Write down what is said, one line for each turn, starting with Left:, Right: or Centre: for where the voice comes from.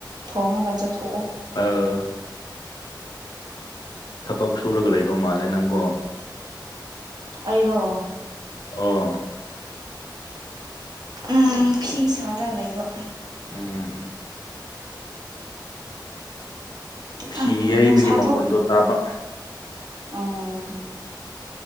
Right: ꯊꯣꯡꯉꯥꯒ ꯆꯥ ꯊꯣꯛꯑꯣ꯫
Left: ꯑꯥ ꯊꯕꯛ ꯁꯨꯔꯒ ꯂꯩꯕ ꯃꯥꯜꯂꯦ ꯅꯪꯒꯣ꯫
Right: ꯑꯩꯔꯣ꯫
Left: ꯑꯣ꯫
Right: ꯎꯝ ꯐꯤ ꯁꯥꯔ ꯂꯩꯕ꯫
Left: ꯎꯝ ꯊꯤ
Right: ꯎꯝ
Left: ꯌꯩꯕꯒꯤ
Right: ꯅꯨꯡꯁꯥ
Left: ꯃꯈꯣꯟꯗꯣ
Right: ꯊꯣꯛ
Left: ꯇꯥꯕ꯫
Right: ꯎꯝ